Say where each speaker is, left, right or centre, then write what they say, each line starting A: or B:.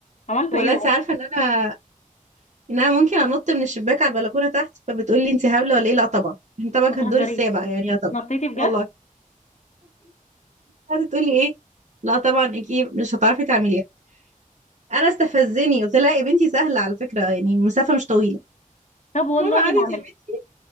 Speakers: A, on the left; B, on the right.
A: عملتوا
B: بقول
A: ايه
B: لها انت
A: بقى
B: عارفه ان انا ان انا ممكن انط من الشباك على البلكونه تحت فبتقول لي انت هبله ولا ايه لا طبعا احنا طبعا
A: ما
B: كان
A: تهزريش
B: دور السابع يعني يا طبعا
A: نطيتي بجد
B: والله قعدت تقولي ايه لا طبعا اكيد مش هتعرفي تعمليها انا استفزني قلت لها يا بنتي سهله على فكره يعني المسافه مش طويله
A: طب والله
B: المهم قعدت
A: انا اعملها
B: يا بنتي